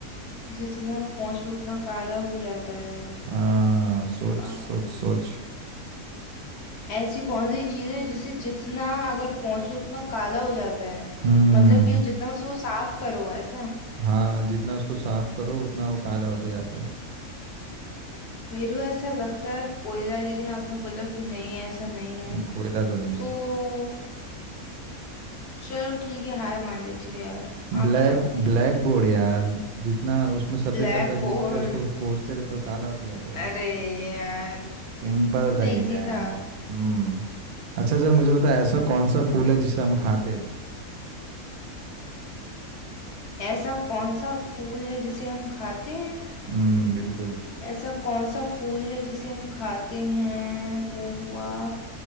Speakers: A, on the left; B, on the right.
A: जितना पहुंचो उतना काला हो जाता है
B: हाँ सोच
A: आ,
B: सोच सोच
A: ऐसी कौन सी चीज है जिसे जितना अगर पहुंचो उतना काला हो जाता है
B: हम्म
A: मतलब कि जितना उसे वो साफ करो ऐसा
B: हाँ जितना उसको साफ करो उतना वो काला होता जाता है
A: मेरे को ऐसा लगता है कोयला लेकिन आपने बोला कि नहीं ऐसा नहीं है
B: नहीं कोयला तो नहीं
A: तो
B: है
A: चलो ठीक है हार मान लेती हूँ यार
B: ब्लैक
A: आप बताओ
B: ब्लैक बोर्ड यार जितना उसमें सफेद
A: ब्लैक
B: सफेद लिखते
A: बोर्ड
B: हैं उसको पोंछते रहे तो काला होता जाता है
A: अरे यार
B: सिंपल
A: कितना
B: था ये
A: इजी
B: यार
A: था
B: हम्म अच्छा सर मुझे बताया ऐसा कौन सा फूल है जिसे हम खाते हैं
A: ऐसा कौन सा फूल है जिसे हम खाते हैं
B: हम्म बिल्कुल
A: ऐसा कौन सा फूल है जिसे हम खाते हैं वो हुआ